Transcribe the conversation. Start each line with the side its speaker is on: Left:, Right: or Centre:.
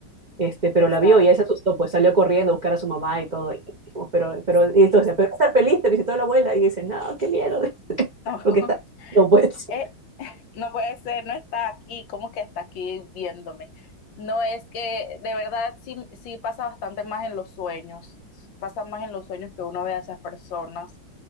Right: Este, pero
Left: exacto.
Right: la vio y ella se asustó, pues salió corriendo a buscar a su mamá y todo. Y dijimos, pero, pero, y
Left: Sí.
Right: entonces, pero estar feliz, te visitó la abuela y dice, no, qué miedo, <laughs>
Left: <laughs>
Right: porque está. No, pues,
Left: Es, No puede ser, no está aquí, ¿cómo que está aquí viéndome? No es que de verdad sí, sí pasa bastante más en los sueños, pasa más en los sueños que uno ve a esas personas